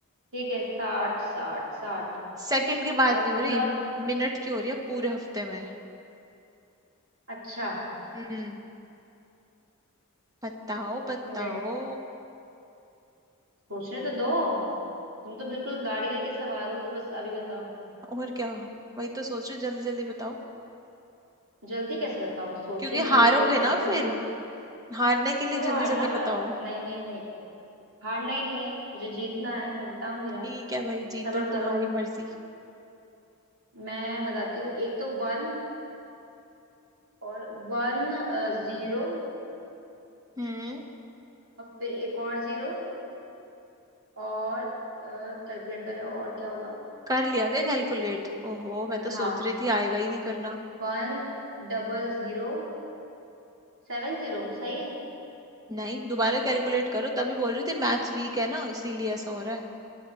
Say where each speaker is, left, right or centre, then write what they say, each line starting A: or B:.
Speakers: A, on the right; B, on the right.
A: ठीक है साठ साठ साठ
B: सेकंड की बात
A: और
B: नहीं हो
A: पूरा
B: रही मिनट की हो रही है पूरे हफ्ते में
A: अच्छा
B: हम्म बताओ बताओ
A: मिनट सोचने तो दो तुम तो बिल्कुल गाड़ी लेके सवार हो कि बस अभी बताओ
B: और क्या वही तो सोच रही हूँ जल्दी जल्दी बताओ
A: जल्दी कैसे बताऊं सोचूंगी
B: क्योंकि हारोगे
A: परखूंगी
B: ना फिर हारने के
A: क्यों
B: लिए जल्दी
A: हारना
B: जल्दी
A: मैं
B: बताओ
A: नहीं नहीं नहीं हारना ही नहीं है मुझे जीतना है मैं बताऊंगी ना
B: ठीक है भाई जीतो
A: सब्र करो
B: तुम्हारी मर्जी
A: मैं बताती हूँ एक तो वन और वन जीरो
B: हम्म
A: फिर एक और जीरो और कैलकुलेट करें और क्या होगा
B: कर लिया क्या कैलकुलेट ओहो मैं तो
A: हाँ
B: सोच रही थी आएगा ही नहीं करना
A: one double zero seven zero सही है
B: नहीं दोबारा कैलकुलेट करो तभी बोल रही थी मैथ्स वीक है ना इसीलिए ऐसा हो रहा है